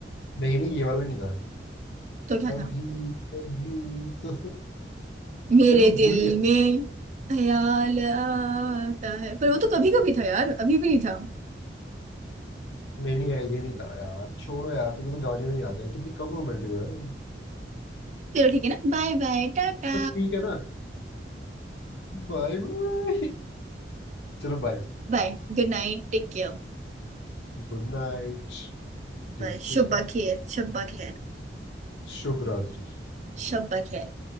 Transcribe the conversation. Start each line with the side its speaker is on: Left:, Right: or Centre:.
Left: नहीं नहीं ये वाला नहीं था
Right: तो क्या
Left: अभी
Right: था
Left: अभी तो
Right: मेरे
Left: यार मैं
Right: दिल
Left: भूल गया
Right: में ख्याल आता है पर वो तो कभी कभी था यार अभी भी नहीं था
Left: नहीं नहीं ये नहीं था यार छोड़ो यार तुम्हें तो गाने भी नहीं आते हैं। कितनी कम रोमांटिक हो यार तुम।
Right: चलो ठीक है ना bye bye tata
Left: बट ठीक है ना Bye bye चलो बाय
Right: Bye Good night take care
Left: Good night ठीक
Right: Bye शुभ
Left: है
Right: खैर शुभ खैर
Left: शुभ रात्रि
Right: शुभ खैर